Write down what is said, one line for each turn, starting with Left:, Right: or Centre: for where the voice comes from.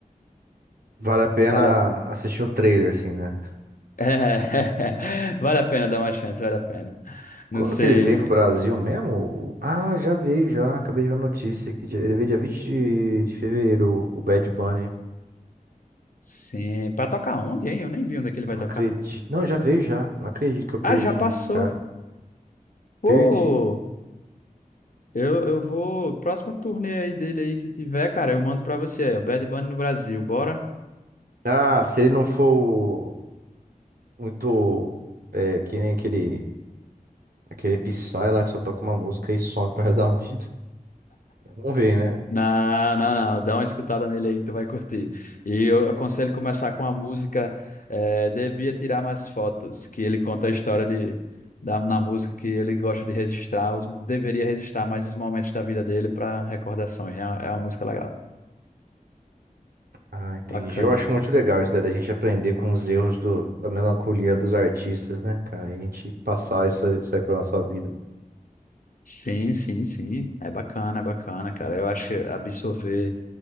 Right: Vale a pena
Left: Vale a,
Right: assistir um trailer, assim, né?
Left: <laughs> é, vale a pena dar uma chance, vale a pena. Não
Right: Quando
Left: sei.
Right: que ele veio pro Brasil mesmo? Ah, já veio, já. Acabei de ver a notícia aqui. Ele veio dia 20 de, de fevereiro, o Bad Bunny.
Left: Sim. Pra tocar onde, hein? Eu nem vi onde é que ele vai
Right: Não
Left: tocar.
Right: acredito. Não, já veio, já. Não acredito que eu perdi,
Left: Ah, já passou.
Right: cara.
Left: Pô!
Right: Perdi.
Left: Eu, eu vou. Próxima turnê aí dele aí que tiver, cara, eu mando pra você. É o Bad Bunny no Brasil, bora?
Right: Ah, se ele não for muito. É, que nem aquele, aquele Psy lá que só toca uma música e some pro resto da vida. Vamos ver, né?
Left: Não, não, não. Dá uma escutada nele aí que tu vai curtir. E eu aconselho começar com a música eh, Devia Tirar Mais Fotos, que ele conta a história de, da, na música que ele gosta de registrar, os, deveria registrar mais os momentos da vida dele para recordações, né? É uma música legal.
Right: Ah, entendi.
Left: Bacana.
Right: Eu acho muito legal isso daí, da gente aprender com os erros do, da melancolia dos artistas, né, cara? E a gente passar isso, aí- isso aí pra nossa vida.
Left: Sim, sim, sim. É bacana, é bacana, cara. Eu acho que absorver.